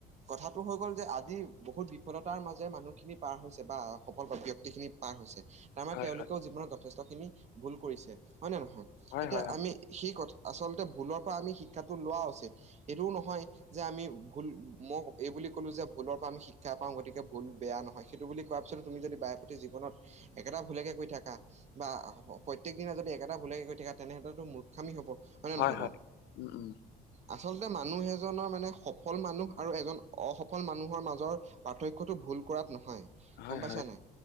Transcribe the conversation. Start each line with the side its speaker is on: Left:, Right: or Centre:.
Right: কথাটো হৈ গ'ল যে আজি বহুত বিফলতাৰ মাজে মানুহখিনি পাৰ হৈছে বা সফল ব্যক্তিখিনি। পাৰ হৈছে। তাৰমানে
Left: হয়,
Right: তেওঁলোকেও
Left: হয়।
Right: জীৱনত যথেষ্টখিনি ভুল কৰিছে হয়নে নহয়
Left: হয়,
Right: এতিয়া
Left: হয়, অ'।
Right: আমি সেই কথা। আচলতে ভুলৰ পৰা আমি শিক্ষাটো লোৱা উচিত এইটোও নহয়। যে আমি ভুল মই এই বুলি ক'লো যে ভুলৰ পৰা আমি শিক্ষা পাওঁ গতিকে ভুল বেয়া নহয়। সেইটো বুলি কোৱাৰ পিছত তুমি যদি বায়ে প্ৰতি জীৱনত। একেটা ভুলকে কৈ থাকা বা প্ৰত্যেক দিনা যদি একেটা ভুলকে কৈ থাকা তেনেহলেটো ম। খামি হ'ব হয়নে
Left: হয়,
Right: নহয়
Left: হয়।
Right: বাৰু।
Left: উম, উম।
Right: আচলতে মানুহ এজনৰ মানে সফল মানুহ আৰু এজন অসফল মানুহৰ মাজৰ। পাৰ্থক্যটো ভুল কৰাত নহয়
Left: হয়,
Right: গম পাইছা
Left: হয়।
Right: নে।